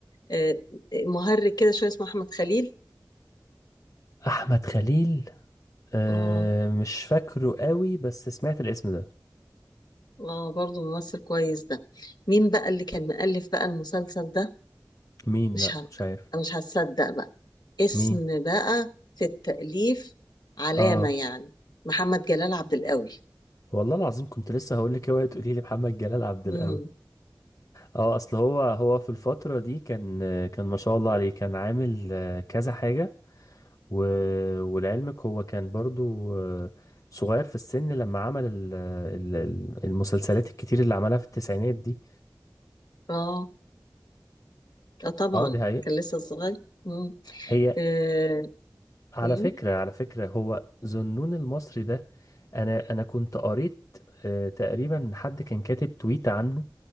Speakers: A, on the left; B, on the left.
A: آه، مهرج كده شويه اسمه احمد خليل
B: احمد خليل أه
A: اه
B: مش فاكره قوي بس سمعت الاسم ده
A: اه برضه ممثل كويس ده مين بقى اللي كان مؤلف بقى المسلسل ده
B: مين
A: مش
B: لا
A: ه...
B: مش عارف
A: مش هتصدق بقى اسم
B: مين
A: بقى في التأليف علامة
B: اه
A: يعني محمد جلال عبد القوي
B: والله العظيم كنت لسه هقول لك اوعي تقولي لي محمد جلال عبد
A: امم
B: القوي اه اصل هو هو في الفترة دي كان كان ما شاء الله عليه كان عامل آه، كذا حاجة و... ولعلمك هو كان برضو آه، صغير في السن لما عمل ال... ال- ال- المسلسلات الكتير اللي عملها في التسعينات دي
A: اه آه طبعا
B: اه دي حقيقة
A: كان لسه صغير امم
B: هي
A: آه.
B: على
A: إيه؟
B: فكرة على فكرة هو ذنون المصري ده أنا أنا كنت قريت آه، تقريبا حد كان كاتب تويت عنه